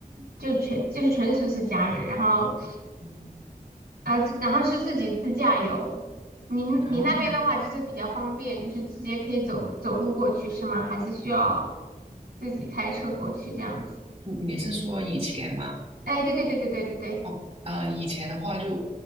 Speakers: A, on the right; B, on the right.
A: 就全就是纯属是家人，然后
B: 嗯
A: 啊、这然后是自己自驾游。你你那边的话就是比较方便，
B: 哦，
A: 就是直接可以走走路过去是吗？还是需要自己开车过去这样子？
B: 你你是说以前吗？
A: 哎，对对对对对对对，
B: 哦，呃，以前的话就，